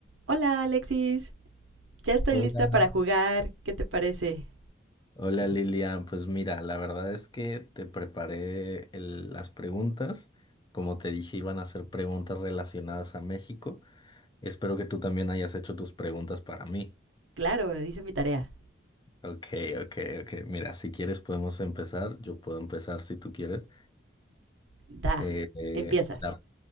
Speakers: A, on the right; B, on the left.
A: Hola Alexis, ya estoy
B: Hola,
A: lista para jugar. ¿Qué te parece?
B: hola Lilian. Pues mira, la verdad es que te preparé el- las preguntas. Como te dije, iban a ser preguntas relacionadas a México. Espero que tú también hayas hecho tus preguntas para mí.
A: Claro, hice mi tarea.
B: Ok, ok, ok. Mira, si quieres podemos empezar. Yo puedo empezar si tú quieres.
A: Da.
B: Eh, eh,
A: Empiezas.
B: la,